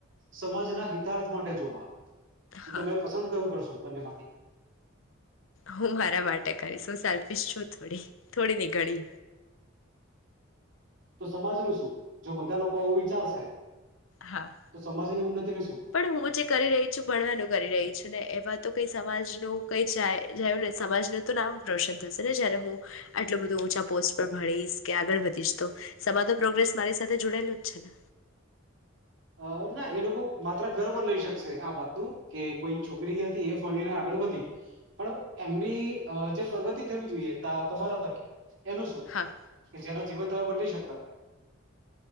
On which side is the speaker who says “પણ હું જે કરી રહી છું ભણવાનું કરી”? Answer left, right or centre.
Left